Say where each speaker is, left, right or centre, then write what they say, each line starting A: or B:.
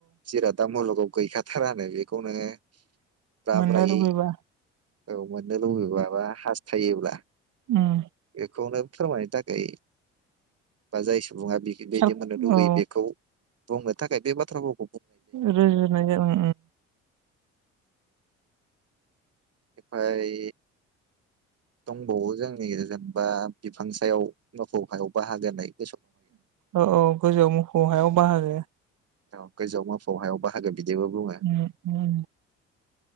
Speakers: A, on the right (about 45°); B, on the right (about 65°).
A: जिरादा मुलुगाव गैखाथारानो बे खौ नोङो बा
B: मोननो
A: ब्रायै
B: लुबैबा
A: औ मोननो लुबैब बा हास्थायोब्ला
B: उम
A: बेखौनो फोरमायनो थाखाय बा जाय सुबुङा बिफोरबायदि
B: साल
A: मोननो लुबैयो
B: औ
A: बेखौ बुंनो थाखाय बे बाथ्रा फावखौ
B: रजनाय उम
A: एमफाय दंबावो जोंनि जेनेबा बिफां सायाव मोफौ हायाव बाहागो होनाय
B: औ औ गोजौ मोसौ हायाव बाहागो
A: औ गोजौआव मोफौ हायावा बाहागो बिदिबो बुङो
B: उम उम